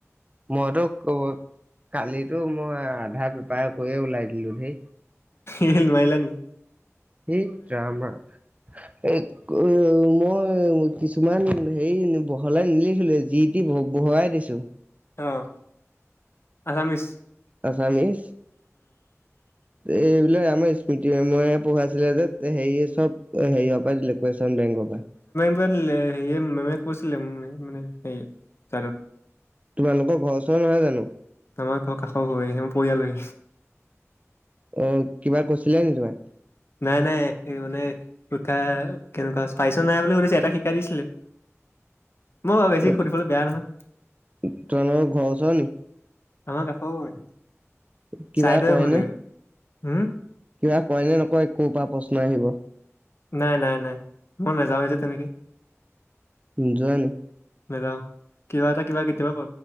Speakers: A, on the right; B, on the left.
A: মই টো কালিতো মই আধা বেপাৰ কৰিয়ে ওলাই দিলো হে
B: এই নোৱাৰিলা নেকি।
A: সেইট ৰাম ৰাম। এ' মই কিছু- মান হেৰি বহলাই নিলিখিলো যি টি ব বহুৱাই দিছো।
B: অঁ আছামিজ
A: আছামিছ এই- আমাৰ স্মৃতি মেমে এ পঢ়াইছিলে যে হেৰি চব হেৰিয়াৰ পৰাই দিলে। চোন বেংকৰ পৰা।
B: টোৱে দিলে সেয়ে মেমে কৈছিলে মোক মানে সেই চাইতত
A: তোমালোকৰ ঘৰ ওচৰ নহয় জানো?
B: আমাৰ ঘৰৰ কাষৰ ঘৰে আমাৰ পৰিয়ালৰে।
A: এ' কিবা কৈছিলে নেকি তোমাক?
B: নাই নাই সেই মানে পৰিক্ষা কেনেকুৱা পাৰিছ নাই বুলি সুধিছে এটা শিকাই দিছিলে। মই বাৰু বেছি
A: তোমালোকৰ
B: সুধিবলৈ বেয়া নহয়
A: ঘৰৰ ওচৰে নেকি?
B: আমাৰ কাষৰ ঘৰ টোয়ে
A: কিবা
B: চাইদাৰ
A: কয়
B: ঘৰ
A: নে
B: টোয়ে। হম'
A: কিবা কয় নে নকয় ক'ৰ পৰা প্ৰশ্ন আহিব?
B: নাই নাই নাই মই নাযাওঁ এ যে তেনেকে।
A: নোযোৱা নেকি।
B: নেযাওঁ কিবা এটা কিবা কেতিয়াবা